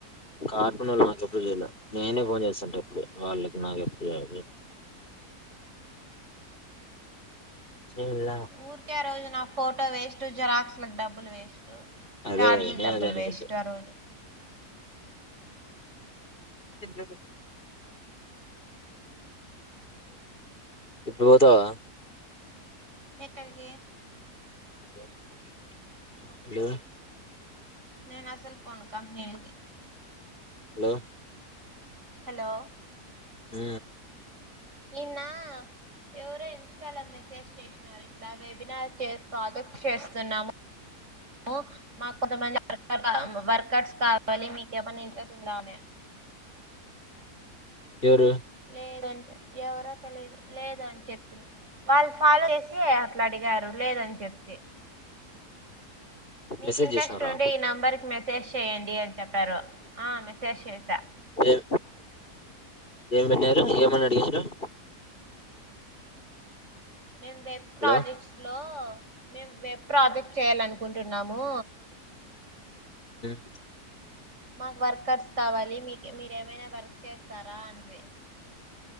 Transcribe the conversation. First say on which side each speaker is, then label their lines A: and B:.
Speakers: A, on the left (about 35°); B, on the right (about 50°).
A: కార్పన్ వాళ్ళు నాకెప్పుడు చేయలే. నేనే ఫోన్ చేస్తాంట. ఎప్పుడు వాళ్ళకి నాకెప్పుడు చేయల చేయలే
B: ఊరికే ఆ రోజు నా ఫోటో వేస్ట్ జిరాక్స్ లకు డబ్బులు వేస్ట్
A: అదే
B: చార్జిలు
A: కదా నేను
B: డబ్బులు
A: అదే అనుకుంటే
B: వేస్ట్ ఆ రోజు
A: సిజడు ఇప్పుడు పోతావా
B: ఎక్కరికి
A: హలో
B: నేను అసలుపోను కంపెనీలకి
A: హలో
B: హలో
A: ఊ
B: నిన్న ఎవరో ఇన్స్టాలో మెసేజ్ చేసినారు ఇట్లా వెబినార్ ప్రాజెక్ట్ చేస్తున్నాము. అ మాకు కొంతమంది వర్ వర్కర్స్ కావాలి మీకేమన్నా ఇంట్రెస్ట్ ఉందా అని
A: ఎవరు
B: లేదు అని చెప్ ఎవరా తెలిదు లేదు అని చెప్తే వాళ్ళు ఫాలో చేసి అట్లా అడిగారు లేదని చెప్తే మీకు
A: మెసేజ్
B: ఇంట్రెస్ట్
A: చేసినారా
B: ఉంటే ఈ నెంబర్ కి మెసేజ్ చెయ్యడి అని చెప్పారు ఆ మెసేజ్ చేసా
A: ఏం ఏం పెట్టినారు ఏమని అడిగించారు
B: మేం వెబ్ ప్రాజెక్ట్స్
A: హలో
B: లో మేము వెబ్ ప్రాజెక్ట్ లో చేయాలనుకుంటున్నాము
A: అ
B: మాకు వర్కర్స్ కావాలి మీకు మీరేమైనా వర్క్ చేస్తారా అనిరి